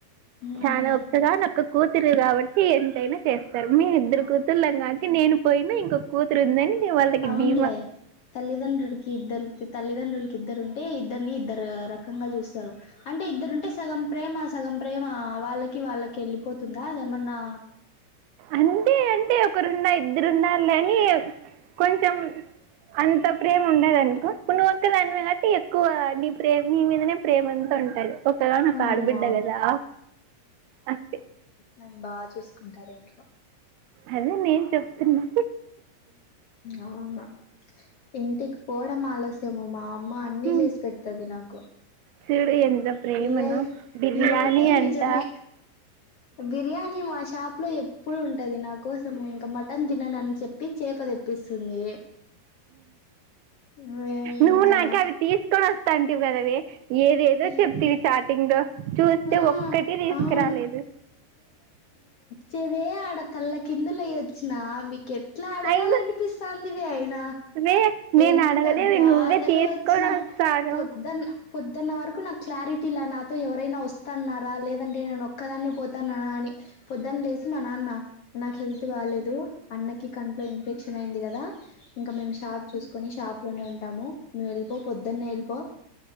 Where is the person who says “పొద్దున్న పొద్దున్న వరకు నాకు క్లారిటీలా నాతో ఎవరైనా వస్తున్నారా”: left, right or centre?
Left